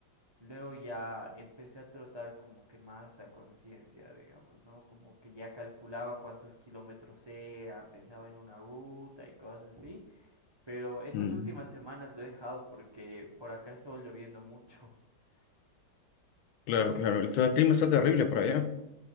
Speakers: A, on the right; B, on the left.
A: Luego ya empecé a trotar como que más a conciencia, digamos, ¿no? Como que ya calculaba cuántos kilómetros eran, pensaba en una ruta y cosas así. Pero estas
B: Mm,
A: últimas semanas lo he dejado porque por acá estuvo lloviendo mucho. <laughs>
B: Claro, claro, el el clima está terrible por allá.